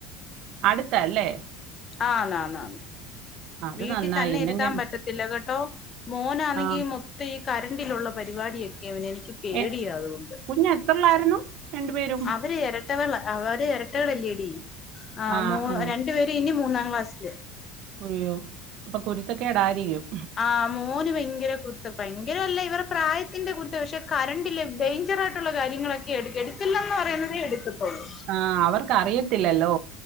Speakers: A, on the right; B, on the left.
A: അടുത്തല്ലേ?
B: ആന്നന്ന
A: അത്
B: വീട്ടിൽ
A: നന്നായി
B: തന്നെ
A: ഇല്ലെങ്കിൽ
B: ഇരുത്താൻ പറ്റ ട്ടില്ല കേട്ടോ മോനാന്നെങ്കി
A: ആ
B: മൊത്തം ഈ കറണ്ടറിലുള്ള പരിപാടിയൊക്കെ അവനെ എനിക്ക് പേടിയ
A: എ
B: അതുകൊണ്ട്
A: കുഞ്ഞ് എത്രയിലായിരുന്നു രണ്ടുപേരും
B: അവരെ എര രട്ടകൾ അവര് എരട്ടകളെല്ലേടി ആഹ്
A: ആ
B: മൂ
A: ആ
B: രണ്ട് പേര് ഇനി മൂന്നാം ക്ലാസ്സില്
A: കുരിയോ അപ്പൊ കുരുത്തക്കെടായിരിക്കും
B: ആഹ് മോന് ഭയങ്കര കു ഭയങ്കരല്ല ഇവര് പ്രായത്തിന്റെ കുരുത്ത പക്ഷെ കറണ്ടില് ഡേഞ്ചറായിട്ട്ള്ള കാര്യങ്ങളൊക്കെ എട് എടുക്കല്ലന്ന് പറയുന്നതെ എടുത്തത്തോള്ളൂ
A: ആഹ് അവർക്കറിയത്തില്ലല്ലോ